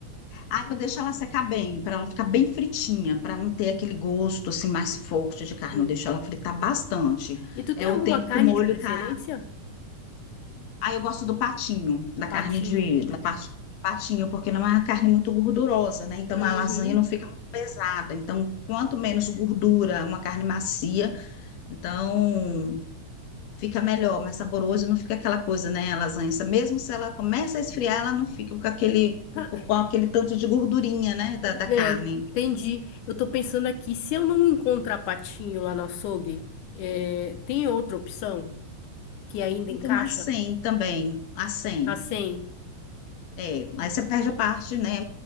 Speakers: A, on the left; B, on the left.
A: Aí eu deixo ela secar bem, para ela ficar bem fritinha, para não ter aquele gosto assim mais forte de carne.
B: Hum.
A: Eu deixo ela fritar bastante.
B: E tu tem
A: É
B: alguma
A: o tempo
B: carne
A: que o molho
B: de preferência?
A: tá. Aí eu gosto do patinho, da
B: Patinho.
A: carne de da parte patinho, porque não é uma carne muito gordurosa, né? Então
B: Uhum.
A: a lasanha não fica muito pesada. Então, quanto menos gordura, uma carne macia, então fica melhor, mais saboroso, não fica aquela coisa, né, a lasanha, essa- mesmo se ela começa a esfriar, ela não fica com aquele com
B: Tá.
A: com aquele tanto de gordurinha, né, da, da
B: É,
A: carne.
B: entendi. Eu tô pensando aqui, se eu não encontrar patinho lá no açougue, é, tem outra opção que ainda
A: Eu
B: encaixa?
A: tenho uma 100 também, a 100.
B: A 100?
A: É, aí você perde a parte, né,